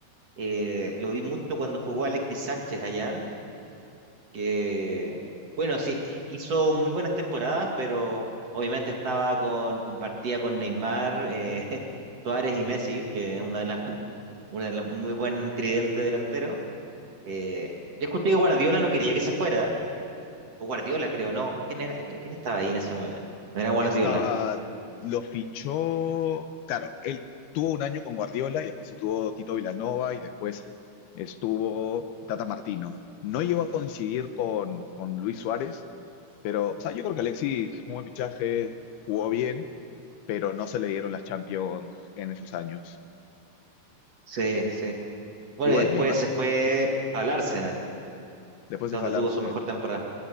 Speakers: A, on the right; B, on the left.
A: Eh, lo vi mucho cuando jugó Alexis Sánchez allá, que, bueno, sí, hizo muy buenas temporadas, pero obviamente estaba con, compartía con Neymar, eh, <laughs> Suárez y Messi, que es una de las, una de las- un muy buen tridente delantero. Eh, yo escuché que Guardiola no quería que se fuera, o Guardiola creo, ¿no? ¿Quién era, quién estaba ahí en ese momento? No era Guardiola,
B: Y estaba, lo fichó, claro, él tuvo un año con Guardiola y después estuvo Tito Vilanova y después estuvo Tata Martino. No llegó a coincidir con, con Luis Suárez, pero o sea, yo creo que Alexis fue un buen fichaje, jugó bien pero no se le dieron las Champions en esos años.
A: sí, sí. Bueno,
B: Igual
A: y después
B: me ima-
A: se fue al Arsenal,
B: después de
A: donde
B: falar
A: tuvo
B: final,
A: su mejor temporada.